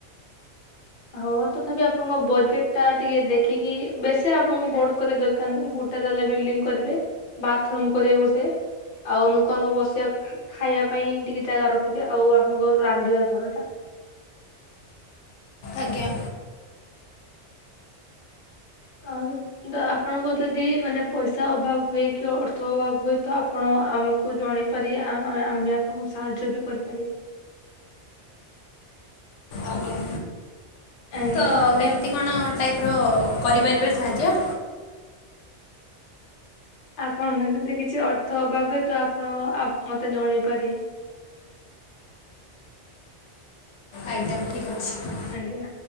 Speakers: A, on the left (about 50°); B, on the left (about 80°).
A: ହଉ ତଥାପି ଆପଣଙ୍କ ବଜେଟ ଟା ଟିକେ ଦେଖିକି ବେଶୀ ଆପଣଙ୍କୁ ବଡ କରିବା ଦରକାର ନାଁ ଗୋଟ ଟେ ତାଲା ବିଲ୍ଡିଂ କରିବେ ବାଥରୁମ କରିବେ ଗୋଟେ ଆଉ ଅନୁକଙ୍କ ବସିବା ଖାଇବା ପାଇଁ ଟିକେ ଜାଗା ରଖିଦ ଆଉ ଆମଙ୍କ ରାନ୍ଧିବା ଘର ଟା
B: ଆଜ୍ଞା।
A: <unintelligible> ତ ଆପଣଙ୍କ ଯଦି ମାନେ ପଇସା ଅଭାବ ହୁଏ କି ଅର୍ଥ ଅଭାବ ହୁଏ ତ ଆପଣ ଆମକୁ ଜଣେଇ ପାରିଆ ଆ-ଆମେ ଆପଣଙ୍କୁ ସାହାଯ୍ୟ ବି କରିପାରିବା।
B: ଆଜ୍ଞା।
A: ଆଜ୍ଞା
B: ତ
A: ଆଉ
B: କେମିତି
A: ଯଦି
B: କଣ ଟାଇପ ର କରିପାରିବା ସାହାଯ୍ୟ।
A: ଆପଣଙ୍କ ଯଦି କିଛି ଅର୍ଥ ହବା ହୁଏ ତ ଆପଣ ଆ ମତେ ଜଣେଇ ପାରିବେ
B: ଆଜ୍ଞା ଠିକ୍ ଅଛି।
A: ଆଜ୍ଞା।